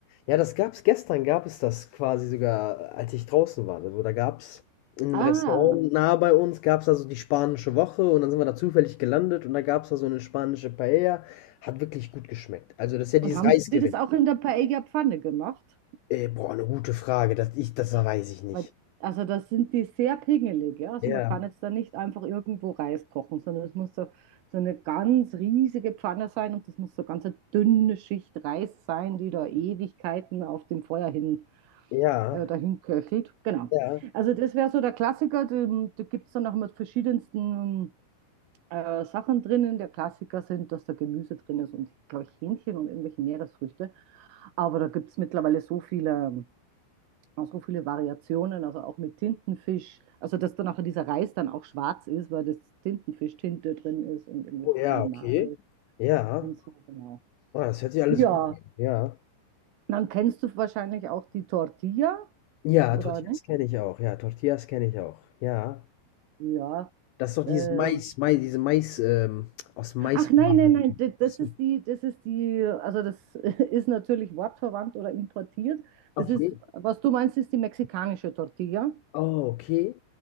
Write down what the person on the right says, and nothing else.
ah,
und
haben
die das auch in der Paella-Pfanne gemacht?
Weil, also das sind die sehr pingelig, ja. Also
man kann jetzt da nicht einfach irgendwo Reis kochen, sondern es muss so, so eine ganz riesige Pfanne sein und das muss so ganz eine dünne Schicht Reis sein, die da Ewigkeiten auf dem Feuer hin,
äh, dahin köchelt. Genau.
Also das wäre so der Klassiker. den- Da gibt es dann auch immer verschiedensten äh, Sachen drinnen. Der Klassiker sind, dass da Gemüse drin ist und, glaube ich, Hähnchen und irgendwelche Meeresfrüchte. Aber da gibt es mittlerweile so viele so viele Variationen, also auch mit Tintenfisch. Also, dass dann auch dieser Reis dann auch schwarz ist, weil das Tintenfisch-Tinte drin ist und irgendwelche
Kalimare
und so, genau.
Ja,
dann kennst du wahrscheinlich auch die Tortilla,
oder
nicht?
Ja.
Äh,
ach nein,
nein, nein, d- das
ist die, das ist die, also das <laughs> ist natürlich wortverwandt oder importiert. Das
ist, was du meinst, ist die mexikanische Tortilla.